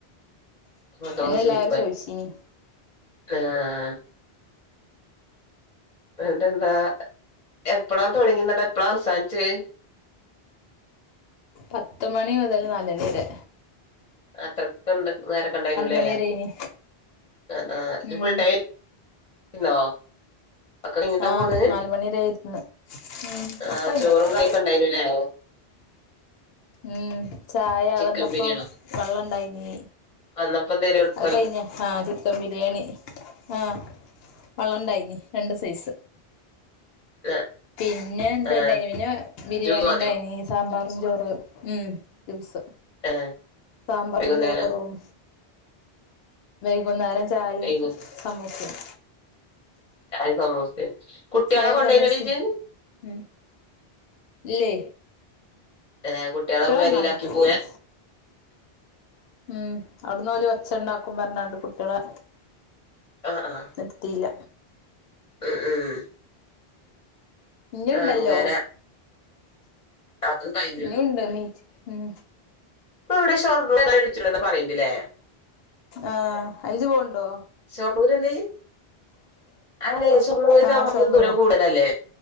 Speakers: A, on the left; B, on the left.
A: അപ്പന്തോ
B: അന്നെ
A: സുയിപ്പായി
B: എല്ലാരും ചോദിച്ചീനി
A: ഏഹ് ഏഹ് ട്ടെന്താ എപ്പളാ തൊടങ്ങീന്ന്ട്ട് എപ്പളാ അവസാന്ച്ചേ
B: പത്ത് മണി മുതല് നാലണിയേരെ
A: അത്രക്ക്ണ്ട് നേരക്കണ്ടായിനുല്ലേ
B: മണി
A: ആഹ്
B: വരെനി
A: ആഹ് ഇജ്ജ്
B: ഉം
A: ഫുൾടൈ മ്ന്നോ ഒക്ക കയിഞ്ഞ്ട്ടാ
B: ആഹ്
A: പോന്നേ
B: നാല് മണി വരെ ഇരുന്ന് ഉം
A: ആഹ്
B: ഒക്കെ വൈന്നേരായിരുന്നു
A: ചോറും കറിയൊക്കണ്ടായിനുല്ലേ
B: ഉം ചായ
A: ചിക്കൻ
B: വന്നപ്പം
A: ബിരിയാണിയോ
B: വള്ളണ്ടായിനീ
A: വന്നപ്പോ എന്തേലും
B: അത്
A: വൽ
B: കഴിഞ്ഞ് ആഹ് ചിക്കൻ ബിരിയാണി ആഹ് വള്ളം ഇണ്ടായിനി രണ്ട് സൈസ്
A: ആ
B: പിന്നെ എന്താണ്ടായിനെ
A: ആ
B: പിന്നെ ബിരിയാണി
A: ജ്യൂസ് മതിയോ
B: ഇണ്ടായിനി സാമ്പാർ ഞ്ചോറ് ഉം ജ്യൂസ്
A: ആ
B: സാമ്പാറും
A: വൈകുന്നേരം
B: ചോറും വൈകുന്നേരം ചായയും
A: വൈകും
B: സമൂസയും
A: ചായേ സമൂസയും കുട്ടികളെ
B: ചായയും
A: കൊണ്ടയിനൊടീ
B: സമൂസയും
A: ഇജ്ജ്
B: ഉം ഇല്ലേ
A: ഏഹ് കുട്ടികളെ പെരയിലാക്കി
B: കൊണ്ടോവാൻ പറ്റൂലേനി
A: പോവേ
B: ഉം അവിടന്ന് ഓല് ഒച്ച ഇണ്ടാക്കും പറഞ്ഞണ്ട് കുട്ടികളെ
A: ആ ആ
B: നിർത്തിയില്ല
A: ഉം ഉം
B: ഇനുണ്ടല്ലോ
A: അങ്ങനെ അതും കഴിഞ്ഞു
B: ഇനിയുണ്ട് മീറ്റ് ഉം
A: ഇപ്പൊ എവിടെ ഷോർറൂ പറയണ്ടില്ലേ
B: ആഹ് അയ്ജ് പോവ്ണ്ടോ
A: ശൊർണൂരല്ലേ അണേ ശൊർണുരിന്ന്
B: ആഹ്
A: നമുക്ക്
B: ഷൊർണ്ണൂരാ
A: ദൂരം കൂടലല്ലേ